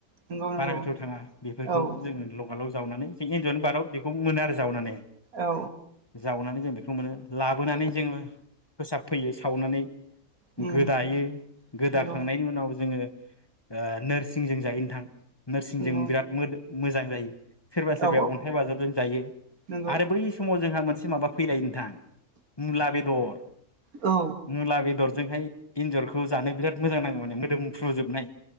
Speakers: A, on the right; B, on the left.
A: नंगौ नंगौ
B: बारा गोथौ थाङा बेफोरखौ
A: औ
B: जोङो लगाल जावनानै जों एन्जरनि बार' बेखौ मोनो आरो जावनानै।
A: औ
B: जावनानै जों बेखो मोनो लाबोनानै जोङो फोसाबफैयो सावनानै
A: उम
B: गोदायो गोदाखांनायनि
A: नंगौ
B: उनाव जोङो ओ नोरसिंजों जायो नोथां नोरसिंजों
A: नंगौ
B: बिराद मोदो मोजां जायो सोरबा सोरबाया
A: औ
B: अन्थाइ बाजाबजों जायो
A: नंगौ
B: आरो बै समाव जोंहा मोन से माबा फैलायो नोंथां मुला बेदर
A: औ
B: मुला बेदर जोंहाय एन्जरखौ जानो बिराद मोजां नाङो माने मोदोमफ्रुजोबनाय